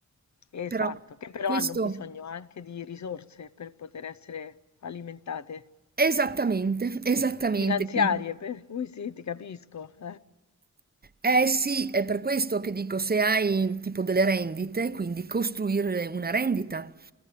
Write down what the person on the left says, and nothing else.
Esatto,
che però
hanno bisogno anche di risorse per poter essere alimentate,
finanziarie,
per <laughs> cui sì, ti capisco. <laughs>